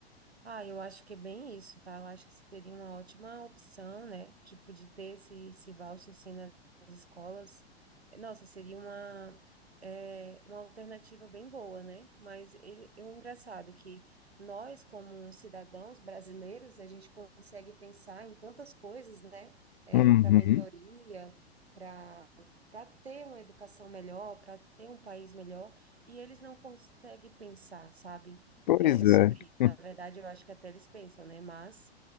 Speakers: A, on the right; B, on the left.
A: Ah, eu acho que é bem isso, tá? Eu acho que seria uma ótima opção, né? Tipo, de ter esse, esse voucher, assim, nas escolas. Nossa, seria uma, é, uma alternativa bem boa, né? Mas ele, é engraçado que nós, como cidadãos brasileiros, a gente consegue pensar em tantas coisas, né?
B: Uhum.
A: para melhoria, para para ter uma educação melhor, para ter um país melhor, e eles não conseguem pensar, sabe?
B: Pois
A: é, é
B: é,
A: sobre isso.
B: <laughs>
A: Na verdade, eu acho que até eles pensam, né? Mas